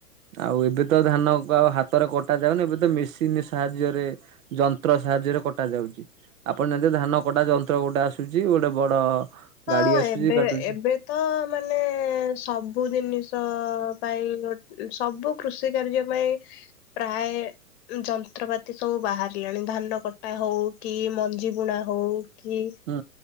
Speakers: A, on the right; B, on the left.
A: ଆଉ ଏବେ ତ ଧାନ ଆଉ ହାତରେ କଟା ଯାଉନି। ଏବେ ତ ମେସିନ ସାହାଯ୍ୟରେ ଯନ୍ତ୍ର ସାହାଯ୍ୟରେ କଟା ଯାଉଛି। ଆପଣ ଯେମି ଧାନ କଟା ଯନ୍ତ୍ର ଗୋଟେ ଆସୁଛି ଗୋଟେ ବଡ
B: ହଁ
A: ଗାଡି ଆସୁଛି
B: ଏବେ
A: କାଟୁଛି।
B: ଏବେ ତ ମାନେ ସବୁ ଜିନିଷ ପାଇଁ ସବୁ କୃଷି କାର୍ଯ୍ୟ ପାଇଁ ପ୍ରାୟ ଯନ୍ତ୍ରପାତି ସବୁ ବାହାରିଲାଣି ଧାନ କଟା ହଉ କି ମଞ୍ଜି ବୁଣା ହଉ। କି
A: ହୁଁ